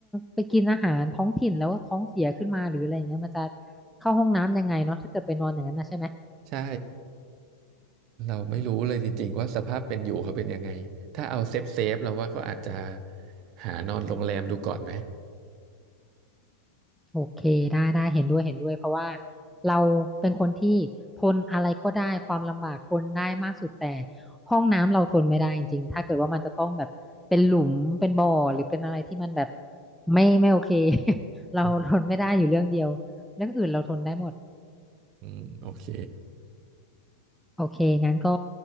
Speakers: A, in the centre; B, on the right (about 40°).
A: ไปกินอาหารท้องถิ่นแล้วท้องเสียขึ้นมาหรืออะไรเงี้ยมันจะเข้าห้องน้ำยังไงเนาะถ้าเกิดไปนอนอย่างนั้นนะใช่ไหม
B: ใช่ เราไม่รู้เลยจริงๆว่าสภาพเป็นอยู่เขาเป็นยังไง ถ้าเอาเซฟเซฟเราว่าเขาอาจจะหานอนโรงแรมดูก่อนไหม
A: โอเคได้ได้เห็นด้วยเห็นด้วยเพราะว่าเราเป็นคนที่ทนอะไรก็ได้ความลำบากทนได้มากสุดแต่ห้องน้ำเราทนไม่ได้จริงๆถ้าเกิดว่ามันจะต้องแบบเป็นหลุมเป็นบ่อหรือเป็นอะไรที่มันแบบไม่ไม่โอเค <laughs> เราทนไม่ได้อยู่เรื่องเดียวเรื่องอื่นเราทนได้หมด
B: อืมอืมโอเค
A: โอเค งั้นก็